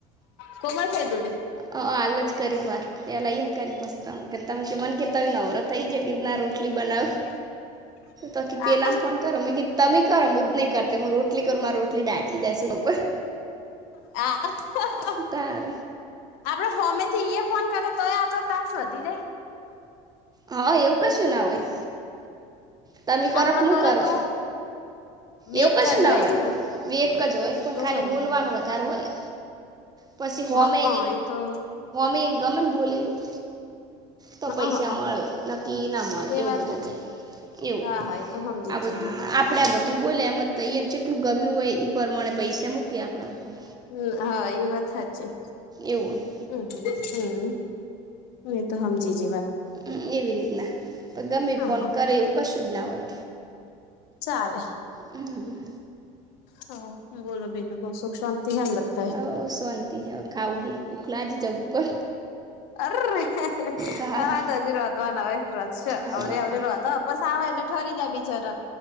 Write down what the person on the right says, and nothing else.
અ હાલ જ કરી વાત. પેલા એને કરી બસતા ત મને કેતા હોય નવરો થઈ જાય કે ના રોટલી બનાવ.
તોકી પેલામાં
ફોન કરો મે તમે કરો હું જ નહી કરતો હું રોટલી કરું મારા રોટલી ડઢાંચી જાયશું લોકોર.
કાર.
હા એવું કશું ના હોય. તમે કરો
મ
કરો.
એવું
કશ
ના હોય
એક જ હોય પણ
ખાલી
બોલવાનો વધારે હોય. પછી હો
મે
મેંને ગમેને બોલેલું. તો પૈસા
મળે નકી ના મળે
એવું
બધું
હોય. કેવું
આ
આપણે બધા તોું બોલે એમ તો અહીંયાને જેટલું ગમ્યું હોય એ પ્રમાણે પૈસા મૂકી આપણા. ઉપર
એવું હોય
હમ એવી રીતના પણ ગમે
ફોન
કરે એવું કશું જ ના હોય.
હમ હમ.
હ શંતી હ ખાઉ હ ઉખલાજી જબ્બર.
તારે
હાય
બાપા